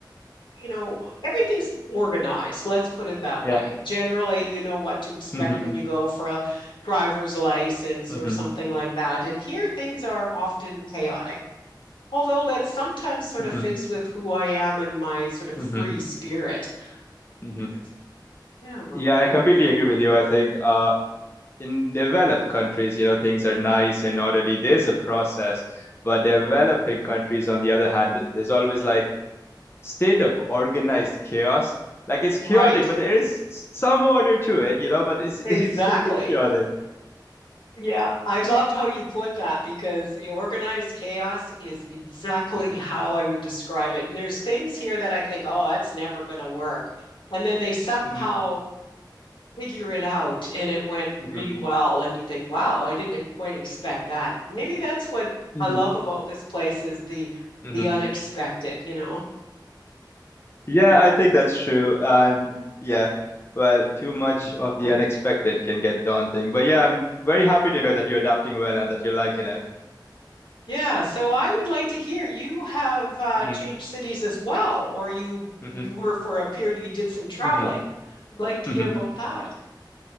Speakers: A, on the left; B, on the left.
A: you know, everything's organized. Let's put it that
B: Yeah.
A: way. Generally, you know what to expect
B: hmm hmm
A: when you go for a driver's license
B: hmm
A: or something like that. And here, things are often chaotic, although that sometimes sort
B: hmm
A: of fits with who I am and my sort of
B: hmm
A: free spirit.
B: hmm
A: But, yeah,
B: Yeah, I completely agree with you. I think uh in developed countries, you know, things are nice and orderly. There's a process, but developing countries, on the other hand, there's always like state of organized chaos. Like it's chaotic,
A: right.
B: but there is some order to it, you know, but it's
A: Exactly.
B: <laughs> it's still pretty chaotic.
A: Yeah, I loved how you put that because the organized chaos is exactly
B: hmm
A: how I would describe it. And there's things here that I think, oh, that's never going to work. And then they somehow
B: hmm
A: figure it out and it went
B: hmm
A: really well. And you think, wow, I didn't quite expect that. Maybe that's what
B: hmm
A: I love about this place is the
B: hmm
A: the unexpected, you know?
B: Yeah, I think that's true. And yeah, well, too much of
A: Yeah.
B: the unexpected can get daunting. But yeah, I'm very happy to hear that you're adapting well and that you're liking it.
A: Yeah, so I would like to hear you have uh,
B: hmm
A: changed cities as well, or you
B: hmm
A: you were for a period you did some traveling.
B: hmm
A: I'd like to
B: hmm
A: hear about that.